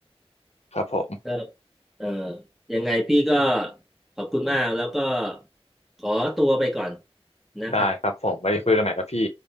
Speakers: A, on the left (about 85°); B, in the centre.
A: ครับผม
B: ครับเอ่อยังไงพี่ก็ขอบคุณมาก แล้วก็ขอตัวไปก่อนนะครับ
A: ได้ครับผมไว้คุยกันใหม่ครับพี่